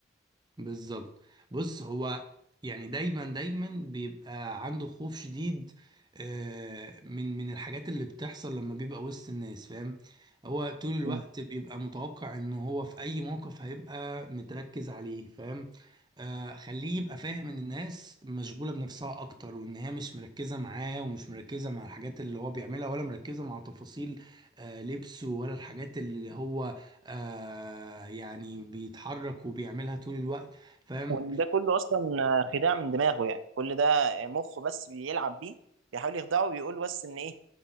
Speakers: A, on the right; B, on the right.
A: بالظبط بص هو يعني دايما دايما بيبقى عنده خوف شديد آه، من من الحاجات اللي بتحصل لما بيبقى وسط الناس فاهم هو طول الوقت
B: مم.
A: بيبقى متوقع ان هو في اي موقف هيبقى متركز عليه فاهم آه، خليه يبقى فاهم ان الناس مشغولة بنفسها اكتر وان هي مش مركزة معاه ومش مركزة مع الحاجات اللي هو بيعملها ولا مركزة مع تفاصيل آه، لبسه ولا الحاجات اللي هو آه، يعني بيتحرك وبيعملها طول الوقت فاهم
B: وان ده كله اصلا آه، خداع من دماغه يعني كل ده آه، مخه بس بيلعب بيه بيحاول يخدعه وبيقول بس ان ايه